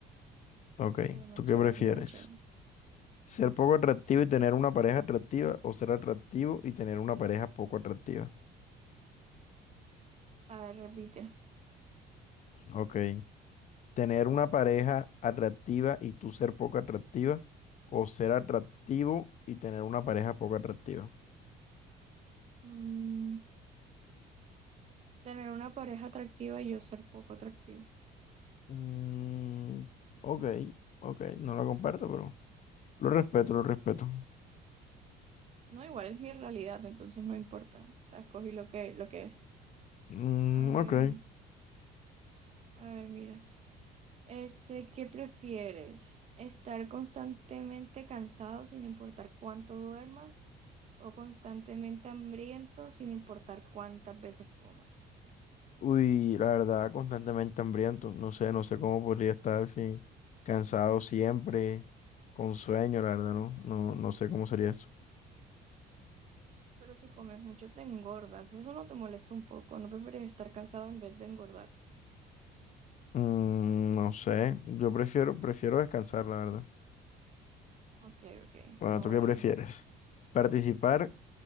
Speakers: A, on the left (about 45°); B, on the right (about 40°).
A: Ok,
B: Sería más
A: ¿tú
B: chévere,
A: qué prefieres?
B: sería más chévere.
A: Ser poco atractivo y tener una pareja atractiva o ser atractivo y tener una pareja poco atractiva.
B: A ver, repite.
A: Ok. Tener una pareja atractiva y tú ser poco atractiva o ser atractivo y tener una pareja poco atractiva.
B: Mm, tener una pareja atractiva y yo ser poco atractivo.
A: Mm, ok, ok. No la comparto, pero lo respeto, lo respeto.
B: No, igual es mi realidad, entonces no importa. O sea, escogí lo que, lo que es.
A: Mm,
B: A ver,
A: ok.
B: a ver, mira. Este, ¿qué prefieres? ¿Estar constantemente cansado sin importar cuánto duermas o constantemente hambriento sin importar cuántas veces comas?
A: Uy, la verdad, constantemente hambriento. No sé, no sé cómo podría estar si cansado siempre, con sueño, la verdad, no, no, no sé cómo sería eso.
B: Pero si comes mucho te engordas. Eso no te molesta un poco. ¿No prefieres estar cansado en vez de engordar?
A: Mm, no sé, yo prefiero, prefiero descansar, la verdad.
B: Ok, ok,
A: Bueno,
B: no
A: ¿tú
B: válido.
A: qué prefieres? ¿Participar